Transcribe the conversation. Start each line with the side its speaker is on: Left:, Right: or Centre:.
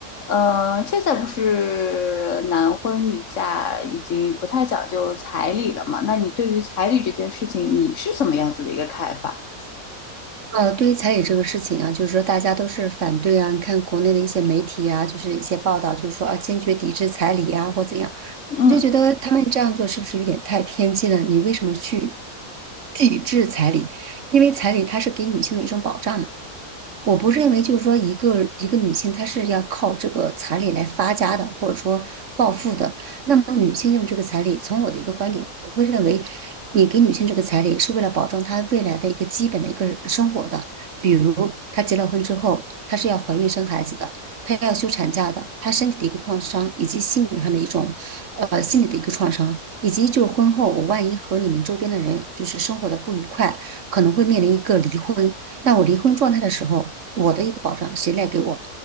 Left: 呃，现在不是男婚女嫁已经不太讲究彩礼了嘛？那你对于彩礼这件事情，你是怎么样子的一个看法？
Right: 呃，对于彩礼这个事情啊，就是说大家都是反对啊。你看国内的一些媒体啊，就是一些报道，就是说啊，坚决抵制彩礼啊，或怎样，
Left: 嗯
Right: 你就觉得他们这样做是不是有点太偏激了？你为什么去抵制彩礼？因为彩礼它是给女性的一种保障嘛。我不认为就是说一个一个女性她是要靠这个彩礼来发家的，或者说暴富的。那么女性用这个彩礼，从我的一个观点，我会认为，你给女性这个彩礼是为了保证她未来的一个基本的一个生活的，比如她结了婚之后，她是要怀孕生孩子的，她要休产假的，她身体的一个创伤，以及心理上的一种呃心理的一个创伤，以及就是婚后我万一和你们周边的人就是生活的不愉快，可能会面临一个离婚。那我离婚状态的时候，我的一个保障谁来给我？